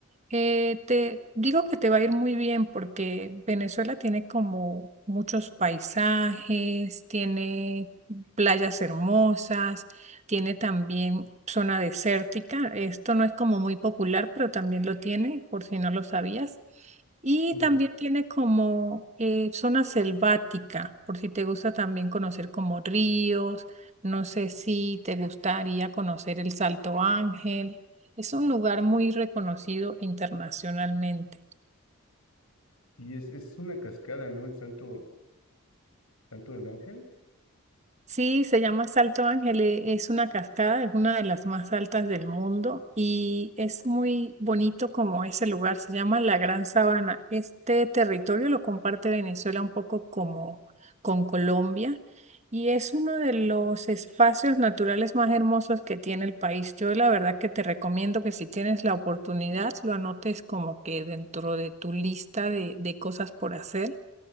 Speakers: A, on the right (about 30°); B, on the left (about 85°).
A: Eh, te digo que te va a ir muy bien porque Venezuela tiene como muchos paisajes, tiene playas hermosas, tiene también zona desértica. Esto no es como muy popular, pero también lo tiene, por si no lo sabías. Y
B: O
A: también
B: sea,
A: tiene como eh, zona selvática, por si te gusta también conocer como ríos. No sé si te gustaría conocer el Salto Ángel. Es un lugar muy reconocido internacionalmente.
B: Y es, es una cascada, ¿no? El Salto, Salto del Ángel.
A: Sí, se llama Salto Ángel, e- es una cascada, es una de las más altas del mundo y es muy bonito como ese lugar, se llama la Gran Sabana. Este territorio lo comparte Venezuela un poco como con Colombia y es uno de los espacios naturales más hermosos que tiene el país. Yo la verdad que te recomiendo que si tienes la oportunidad lo anotes como que dentro de tu lista de de cosas por hacer